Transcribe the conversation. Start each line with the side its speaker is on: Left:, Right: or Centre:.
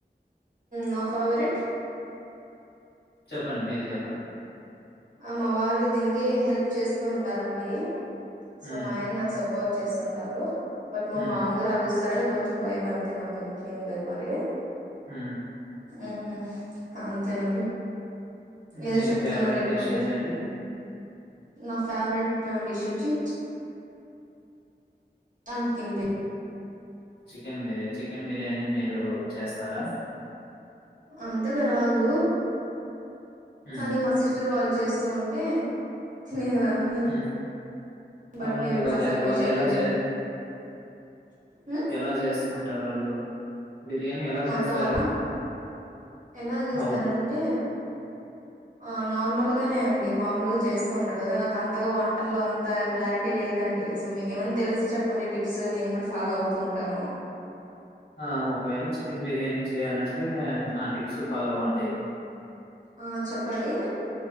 Right: నా ఫేవరెట్
Left: చెప్పండి మీరు చెప్పండి
Right: ఆ మా వారు దీనికి హెల్ప్ చేస్తూ ఉంటారండి సో
Left: ఉమ్
Right: మా ఆయన నాకు సపో పోర్ట్ చేస్తుంటారు బట్ మా
Left: ఉమ్
Right: మామగారు అరుస్తారని కొంచెం భయం అంతే నాకు ఇంకేం లేదు మరి
Left: హ్మ్
Right: ఉమ్మ్ అంతేనండి ఏదో
Left: మీ
Right: చెప్తున్నారు
Left: ఫేవరెట్
Right: ఏంటండి
Left: డిష్ ఏందండి
Right: నా ఫేవరెట్ డిష్ వచ్చి లాంటి కెన్ బి
Left: చికెన్ మిరె చికెన్ బిర్యానీ మీరు చేస్తారా
Right: అంతగా రాదు
Left: హ్మ్.
Right: కానీ మా సిస్టర్ వాళ్ళు చేస్తూ ఉంటే తినేదాన్ని
Left: హ్మ్.
Right: బట్
Left: అవునండి
Right: నేను
Left: వాళ్ళు
Right: మసాలనే
Left: ఎలా వాళ్ళు
Right: చేయలేదండి
Left: ఎలా జే
Right: మ్మ్?
Left: ఎలా జేస్తూ ఉంటారు వాళ్ళు బిర్యానీ ఎలా
Right: మా
Left: జేస్తారు
Right: అక్క వాళ్ళ ఎలా చేస్తారంటే
Left: అవును
Right: ఆ నార్మల్ గానే అండి మామూలుగా చేస్తూ ఉంటారు కదా నాకు అంతగా వంటలు అంత క్లారిటీ లేద డి సో మీకేమైనా తెలిసి చెప్పండి టిప్స్ నేను కూడా ఫాలో అవుతూ ఉంటాను
Left: <inaudible> ఒకవేళ చికెన్ బిర్యానీ చేయ్యాలంటే నా టిప్స్ ఫాలో అవ్వండి
Right: ఆ చెప్పండి